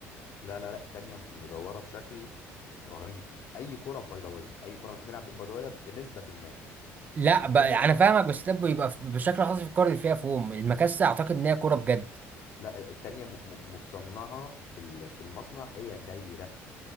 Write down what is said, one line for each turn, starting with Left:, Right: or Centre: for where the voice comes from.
Left: لا لا لا التانية مدورة بشكل رهيب أي كرة بيضاوية أي كرة احنا بنلعب بيضاوية بنسبة ما
Right: لا
Left: التانية
Right: بقى
Left: دي
Right: انا فاهمك بس ده بيبقى في- بشكل خاص في الكوره اللي فيها فوم المكسه اعتقد ان هي كوره بجد
Left: لا التانية م- م- متصنعة في ال- في المصنع هي دايرة